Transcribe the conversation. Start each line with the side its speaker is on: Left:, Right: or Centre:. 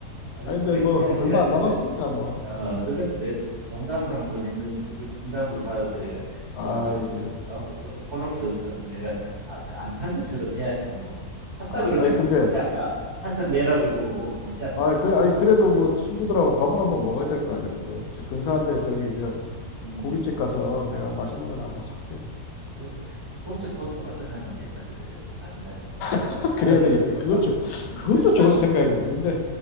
Right: 아니,
Left: 아 근데
Right: 그,
Left: 뭐
Right: 그냥, 그냥
Left: 얼마 안
Right: 그래.
Left: 남았으니까 뭐.
Right: 어,
Left: 어.
Right: 너가 그래. 농담으로 한 번 했는데, 그걸 진담으로 받아들여가, 지금
Left: 아이
Right: 안 그래도,
Left: 미안.
Right: 어, 어, 곤혹스럽다고 그래가, 아, 그 안탄 것처럼 해야지, 뭐. 탔다
Left: 아
Right: 그러면
Left: 아이 근데
Right: 골- 골치 아파. 한턱 내라 그러고, 골치 아파.
Left: 아 그래 아이 그래도 뭐 친구들하고 밥은 한번 먹어야 될 거 아니야. 그래도 어디 저 근사한데 저기 저
Right: 음,
Left: 고깃집 가서 내가 맛있는 거나 한번 살게.
Right: 그래. 스포츠 토토 같은 거 하나 됐다 그래. 다른 거 하지 말고.
Left: <laughs>
Right: 작은
Left: 그래야 되겠다.
Right: 거.
Left: 그것 좀 그것도
Right: <laughs>
Left: 좋은 생각이네. 근데